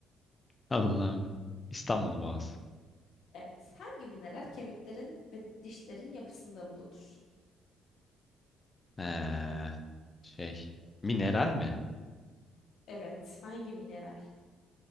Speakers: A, on the left; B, on the left.
A: Allah'ım. İstanbul Boğazı.
B: Evet, hangi mineral kemiklerin ve dişlerin yapısında bulunur?
A: Ee, şey. Mineral mi?
B: Evet, hangi mineral?